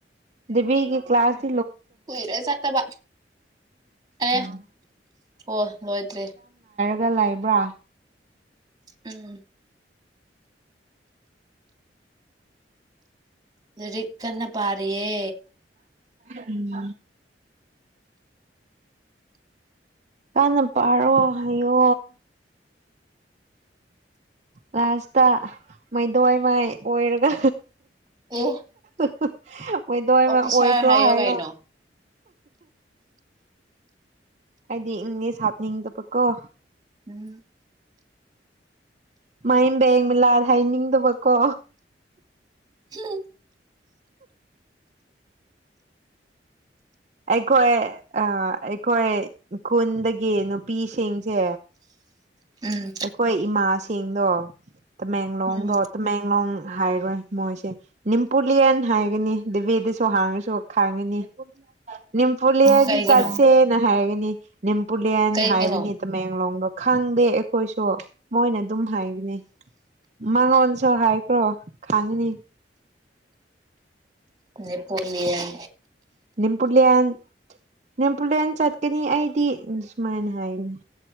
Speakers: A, on the right; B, on the right.
A: ꯗꯤꯕꯤꯒꯤ ꯀ꯭ꯂꯥꯁ꯫
B: ꯀꯨꯢꯔꯦ ꯆꯠꯇꯕ
A: <unintelligible>
B: ꯑꯦ ꯑꯣ ꯂꯣꯏꯇ꯭ꯔꯤ
A: ꯒ ꯂꯩꯕ꯭ꯔꯥ
B: ꯎꯝ ꯂꯩꯔꯤꯛ ꯀꯟꯅ ꯄꯥꯔꯤꯌꯦ
A: ꯎꯝ ꯀꯟꯅ ꯄꯥꯔꯣ ꯍꯩꯌꯣ ꯂꯥꯁꯇ ꯃꯩꯗꯣꯢ ꯃꯥꯢ ꯑꯣꯏꯔꯒ
B: ꯑꯦ
A: <unintelligible> ꯑꯣꯏꯗꯣꯏꯃ
B: ꯑꯣꯐꯤꯁꯥꯔ
A: ꯑꯣꯏꯈ꯭ꯔꯣ ꯍꯥꯏꯌꯣ
B: ꯀꯩꯅꯣ
A: ꯑꯩꯗꯤ ꯏꯪꯂꯤꯁ ꯍꯥꯞꯅꯤꯡꯗꯕꯀꯣ
B: ꯎꯝ
A: ꯃꯥꯏꯝꯕꯦꯡꯃꯤꯂꯥꯔ ꯍꯩꯅꯤꯡꯗꯕꯀꯣ
B: ꯍꯝ
A: ꯑꯩꯈꯣꯌꯦ ꯑꯥ ꯑꯩꯈꯣꯏ ꯈꯨꯟꯗꯒꯤ ꯅꯨꯄꯤꯁꯤꯡꯁꯦ
B: ꯎꯝ
A: ꯑꯩꯈꯣꯏ ꯏꯃꯥꯁꯤꯡꯗꯣ ꯇꯃꯦꯡꯂꯣꯡꯗꯣ
B: ꯎꯝ
A: ꯇꯃꯦꯡꯂꯣꯡ ꯍꯥꯏꯔꯣꯏ ꯃꯣꯏꯁꯦ ꯅꯤꯝꯄꯨꯂꯤꯌꯟ ꯍꯥꯏꯒꯅꯤ ꯗꯦꯕꯦꯗꯁꯨ ꯍꯥꯡꯉꯁꯨ ꯈꯪꯉꯅꯤ ꯅꯤꯝꯄꯨꯂꯤꯌꯟ
B: ꯀꯩꯒꯤꯅꯣ
A: ꯆꯠꯁꯦꯅ ꯍꯥꯏꯒꯅꯤ ꯅꯤꯝꯄꯨꯂꯤꯌꯟ
B: ꯀꯩꯒꯤꯅꯣ
A: ꯍꯥꯏꯕꯅꯤ ꯇꯃꯦꯡꯂꯣꯡꯗꯣ ꯈꯪꯪ ꯈꯪꯗꯦ ꯑꯩ ꯈꯣꯢꯁꯨ ꯃꯣꯏꯅ ꯑꯗꯨꯝ ꯍꯥꯏꯕꯅꯦ ꯃꯉꯣꯟꯁꯨ ꯍꯥꯏꯈ꯭ꯔꯣ ꯈꯪꯉꯅꯤ
B: ꯅꯦꯄꯣꯂꯤꯌꯟ
A: ꯅꯤꯝꯄꯨꯂꯤꯌꯥꯟ ꯅꯤꯝꯄꯨꯂꯤꯌꯥꯟ ꯆꯠꯀꯅꯤ ꯑꯩꯗꯤ ꯑꯩꯗꯤ ꯁꯨꯃꯥꯢꯅ ꯍꯥꯏꯕꯅꯦ